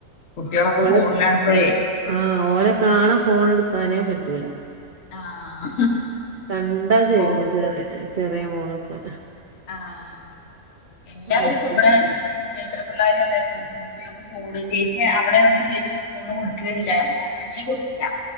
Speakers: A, on the left; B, on the right.
A: കുട്ടികളൊക്കെ
B: ഓലെ
A: ഫോണിലാണിപ്പഴേ
B: ആഹ് ഓലെ കാണ ഫോണെടുക്കാനെ പറ്റൂല
A: ആഹ്
B: കണ്ടാ ചോയ്ക്കും
A: ഓ
B: ചെറി ചെറിയ മോളൊക്കെ
A: ആഹ് എല്ലാരുഇപ്പൊബടെ
B: അപ്പൊ
A: ചേച്ചിടെ പിള്ളാരും അതെ കുട്ടിയോൾക്ക് ഫോണ് ചേച്ചി അവിടെ ആവുമ്പോ ചേച്ചി ഫോണ് കൊടുക്കേല്ലാരുന്നു <unintelligible> കൊടുത്തില്ല